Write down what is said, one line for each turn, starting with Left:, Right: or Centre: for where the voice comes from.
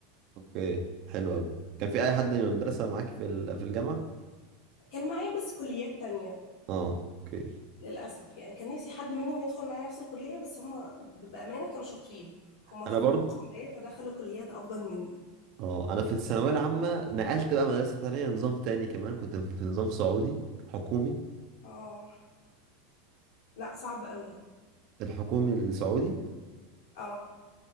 Right: اوكي حلو قوي كان في اي حد من المدرسه معاك في ال- في الجامعه
Left: كان معايا بس كليات تانية
Right: اه اوكي
Left: للاسف يعني كان نفسي حد منهم يدخل معايا نفس الكليه بس هم بامانه كانوا شاطرين هم تفوقوا
Right: انا برضو
Left: عليا فدخلوا كليات افضل مني
Right: اه انا في الثانويه العامه نقلت بقى مدرسه تانية نظام تاني كمان كنت في نظام سعودي حكومي
Left: اه لا صعب قوي
Right: الحكومي السعودي
Left: اه